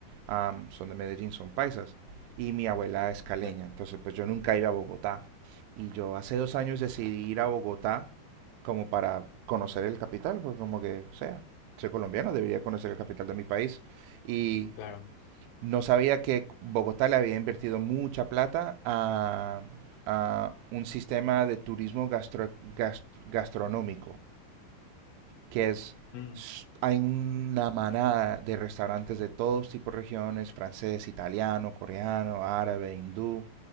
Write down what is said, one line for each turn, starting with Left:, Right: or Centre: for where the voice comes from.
Right: am, son de Medellín, son paisas. Y mi abuela es caleña.
Left: ya,
Right: Entonces pues yo nunca iba a Bogotá. Y yo hace dos años decidí ir a Bogotá como para conocer el capital, porque como que, o sea, soy colombiano, debería conocer el capital de mi país. Y
Left: claro.
Right: no sabía que Bogotá le había invertido mucha plata a, a un sistema de turismo gastro- gas- gastronómico, que es,
Left: Mm,
Right: s- hay una manada de restaurantes de todos tipos de regiones, francés, italiano, coreano, árabe, hindú,